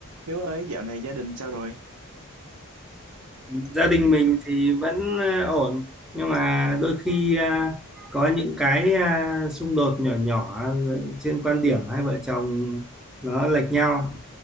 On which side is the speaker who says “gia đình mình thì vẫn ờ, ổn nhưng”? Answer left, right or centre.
Centre